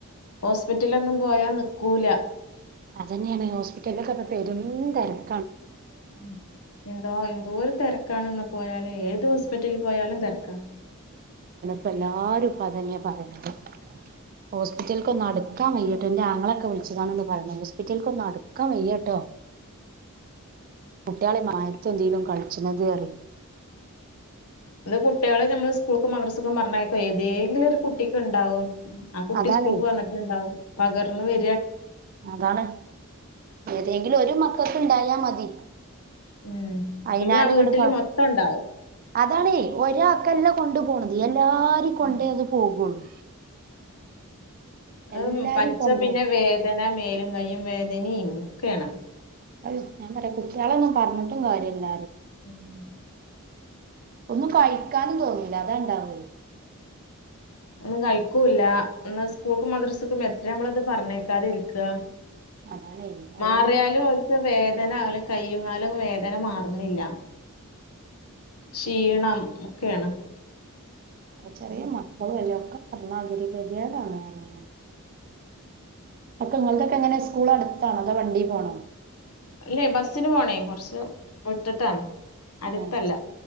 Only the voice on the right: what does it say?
അത് തന്നെയാണ് ഹോസ്പിറ്റലിലൊക്കെ ഇപ്പം പെരും തെരാ
ഇപ്പം എല്ലാരും ഇപ്പ അത് തന്നെയാ പറയാണത് ഹോസ്പിറ്റല്ക്ക് ഒന്ന് അട്ക്കാൻ വൈയ്യട്ടേ എന്റെ ആങ്ങളക്കെ വിളിച്ചതാണേന്ന് പറഞ്ഞേ ഹോസ്പിറ്റ്ലേക്ക് ഒന്ന് അട്ക്കാൻ വയ്യേ ട്ടോ കുട്ടികളെ മായത്തെ എന്തേലും കളിച്ചാണത് അറി
അതാണ്
അതാണ് ഏതെങ്കിലും ഒര് മക്കക്ക് ഇണ്ടായാ മതി
അയിനാലും
ഇങ്ങട്
അതാണേ ഒരാക്കല്ലാ കൊണ്ട് പോണത് എല്ലാരും കൊണ്ടേ
അത് പോകുള്ളൂ എല്ലാരിം
കൊല്ലാണ്
<unintelligible> ഞാൻ പറയും കുട്ടിളൊന്നും പറഞ്ഞിട്ടും കാര്യ ഇല്ല
ഒന്നും കഴിക്കാനും തോന്നുല്ലാ അതാ ഇണ്ടാവ്
അതാണേ അയിനൊരു
ചെറിയ മക്കളും അല്ലേ ഒക്കെ <unintelligible> അക്ക നിങ്ങള്കൊക്കെ എങ്ങനെ സ്കൂള് അട്ത്താണോ അതോ വണ്ടി പോണോ
ഏഹ്